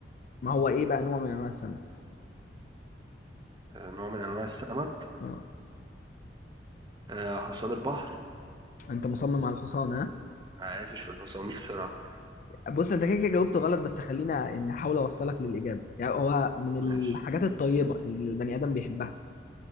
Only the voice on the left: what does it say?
ما هو ايه بقى نوع من انواع السمك
آه.
انت مصمم على الحصان ها
بص انت كده كده جاوبته غلط بس خلينا يعني احاول اوصلك للاجابه يعني هو من الحاجات
الطيبه اللي البني ادم بيحبها